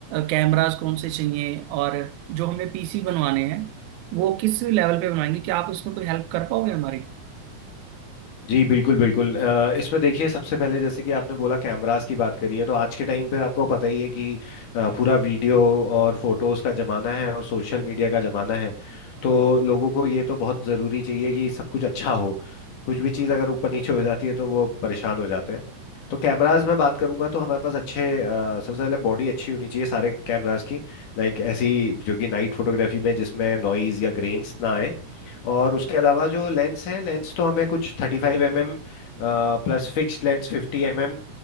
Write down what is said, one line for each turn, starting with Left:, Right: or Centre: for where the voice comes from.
Right: कैमरास कौन से चाहिए और जो हमें पीसी बनवाने हैं वो किस लेवल पे बनवाएंगे क्या आप इसमें कोई हेल्प कर पाओगे हमारी
Left: जी बिल्कुल बिल्कुल अ, इस पर देखिए सबसे पहले जैसे कि आपने बोला कैमरास की बात करी है तो आज के टाइम पे आपको पता ही है कि अ, पूरा वीडियो और फोटोज का जमाना है और सोशल मीडिया का जमाना है तो लोगों को ये तो बहुत जरूरी चाहिए कि सब कुछ अच्छा हो कुछ भी चीज़ अगर ऊपर नीचे हो जाती है तो वो परेशान हो जाते हैं तो कैमराज में बात करूंगा तो हमारे पास अच्छे अ, सबसे पहले बॉडी अच्छी होनी चाहिए सारे कैमराज की लाइक ऐसी जो कि नाइट फोटोग्राफी में जिसमें नॉइज या ग्रेन्स ना आए और उसके अलावा जो लेंस है लेंस तो हमें कुछ थर्टी फाइव एम एम plus fixed lens फिफ्टी एम एम